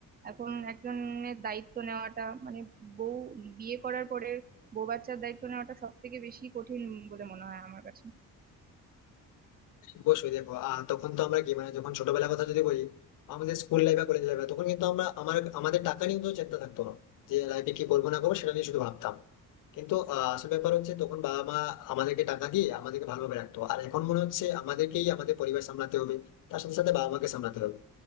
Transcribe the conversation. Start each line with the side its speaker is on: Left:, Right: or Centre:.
Right: এখন একজনের দায়িত্ব নেওয়াটা মানে বউ বিয়ে করার পরে বউ বাচ্চার দায়িত্ব নেওয়াটা সব থেকে বেশি কঠিন বলে মনে হয় আমার কাছে
Left: অবশ্যই দেখো আহ, তখন তো আমরা কি মানে যখন ছোটবেলার কথা যদি বলি আমাদের স্কুল লাইফ বা কলেজ লাইফ তখন কিন্তু আমরা আমার আমাদের টাকা নিয়ে তো চিন্তা থাকতো না যে লাইফে কি করবো না করবো সেটা নিয়ে শুধু ভাবতাম কিন্তু আহ, আসল ব্যাপার হচ্ছে তখন বাবা মা আমাদেরকে টাকা দিয়ে আমাদেরকে ভালোভাবে রাখতো আর এখন মনে হচ্ছে আমাদেরকেই আমাদের পরিবার সামলাতে হবে তার সাথে সাথে বাবা মাকে সামলাতে হবে